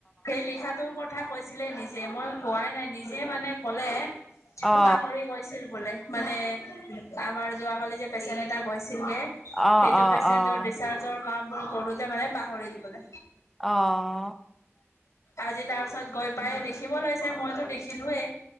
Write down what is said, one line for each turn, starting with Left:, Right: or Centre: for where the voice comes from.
Left: সেই লিখাটো ক'ত। কথা কৈছিলে নিজে, মই কোৱাই নাই, নিজে মানে কলে
Centre: অ' অ'
Left: পাহৰি গৈছিল বোলে। মানে আমাৰ যোৱাকালি যে পেচেণ্ট এটা গৈছে ছিলগে
Centre: অ'
Left: সেইটো
Centre: অ'
Left: পেচেণ্টৰ
Centre: অ'
Left: ডিচাৰ্জৰ কামবোৰ কৰোঁতে মানে পাহৰিল বোলে।
Centre: অ'
Left: আজি তাৰ পিছত গৈ পাই লিখিব লৈছে, মইতো দেখি লোৱে